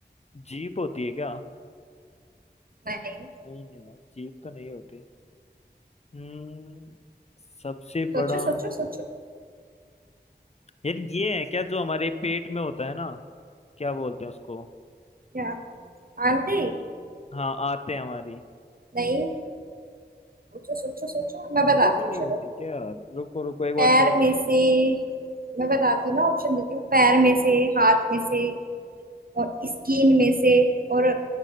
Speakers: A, on the left (about 40°); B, on the right (about 55°).
A: जीभ होती है क्या
B: नहीं
A: नहीं नहीं यार जीभ तो नहीं होती हम्म सबसे
B: सोचो
A: बड़ा
B: सोचो
A: अंग
B: सोचो
A: यार ये है क्या जो हमारे पेट में होता है ना क्या बोलते हैं उसको
B: क्या आंटी
A: हाँ आते हैं हमारी
B: नहीं सोचो सोचो सोचो मैं
A: वो
B: बताती
A: भी
B: हूँ
A: नहीं
B: चलो
A: होती क्या यार रुको रुको एक
B: पैर
A: बार सोचने
B: में से
A: दो
B: मैं बताती हूँ ना ऑप्शन देती हूँ पैर में से हाथ में से और स्किन में से और